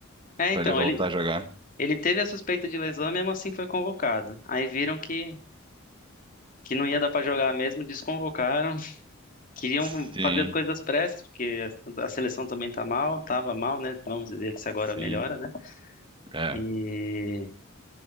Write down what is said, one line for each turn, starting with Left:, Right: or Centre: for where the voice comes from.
Left: É, então,
Right: Para ele voltar
Left: ele,
Right: a jogar.
Left: ele teve a suspeita de lesão, e mesmo assim foi convocado. Aí viram que, que não ia dar pra jogar mesmo, desconvocaram. queriam
Right: Sim,
Left: fazer as coisas pressas, porque a a seleção também tá mal, tava mal, né? Vamos ver se agora
Right: sim.
Left: melhora, né?
Right: É.
Left: E,